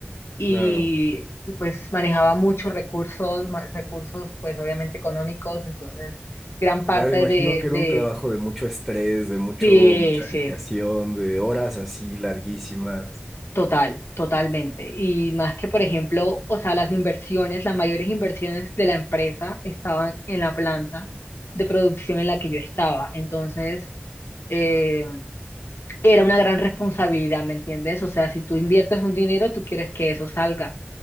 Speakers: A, on the left (about 70°); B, in the centre.
A: y,
B: claro,
A: y, pues manejaba muchos recursos, ma- recursos pues obviamente económicos, entonces gran parte
B: claro. Imagino
A: de,
B: que era
A: de,
B: un trabajo de mucho estrés, de mucho,
A: sí,
B: mucha
A: sí,
B: dedicación, de horas así larguísimas.
A: total, totalmente. Y más que, por ejemplo, o sea, las inversiones, las mayores inversiones de la empresa estaban en la planta de producción en la que yo estaba. Entonces... eh, era una gran responsabilidad, ¿me entiendes? O sea, si tú inviertes un dinero, tú quieres que eso salga.